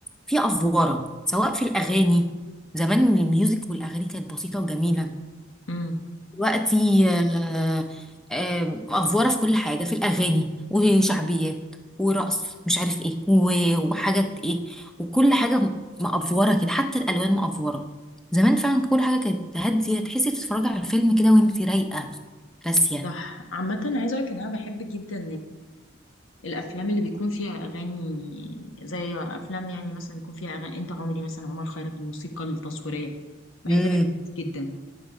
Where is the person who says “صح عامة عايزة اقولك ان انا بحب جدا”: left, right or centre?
Left